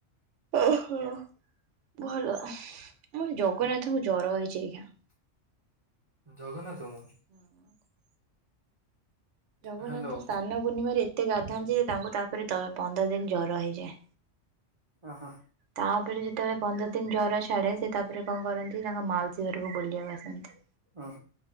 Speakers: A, on the right (about 70°); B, on the right (about 30°).
A: ଓହୋ, ଭଲ ଆମ ଜଗନ୍ନାଥଙ୍କୁ ଜର ହେଇଛି କିଆଁ?
B: ଜଗନ୍ନାଥ ମୁଁ
A: ହଁ ଜଗନ୍ନାଥ
B: ହ୍ୟାଲୋ
A: ସ୍ନାନ ପୂର୍ଣ୍ଣିମାରେ ଏତେ ଗାଧାନ୍ତି ଏ ତାଙ୍କୁ ତାପରେ, ତ ପନ୍ଦର ଦିନ ଜର ହେଇଯାଏ।
B: ଓ ହୋ।
A: ତାପରେ, ଯେତେବେଳେ ପନ୍ଦର ଦିନ ଜର ଛାଡେ ସେ ତାପରେ କଣ କରନ୍ତି, ତାଙ୍କ ମାଉସୀ ଘରକୁ ବୁଲିବାକୁ ଆସନ୍ତି।
B: ଓହୋ।